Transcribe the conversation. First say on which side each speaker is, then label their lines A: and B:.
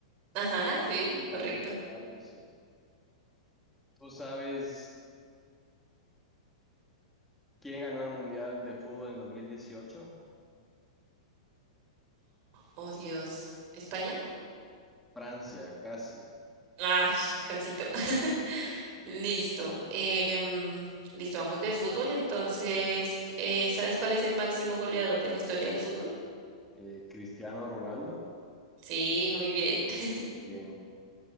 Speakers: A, on the right; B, in the centre.
A: Ajá, sí,
B: marca
A: correcto.
B: de zapatos, sí. ¿Tú sabes quién ganó el Mundial de Fútbol en 2018?
A: Oh, Dios. ¿España?
B: Francia, casi.
A: Ay, casito. <laughs> Listo. Em, listo, vamos de fútbol. Entonces, eh, ¿sabes cuál es el máximo goleador de la historia del fútbol?
B: Eh, Cristiano Ronaldo.
A: Sí, muy bien. <laughs>
B: Bien.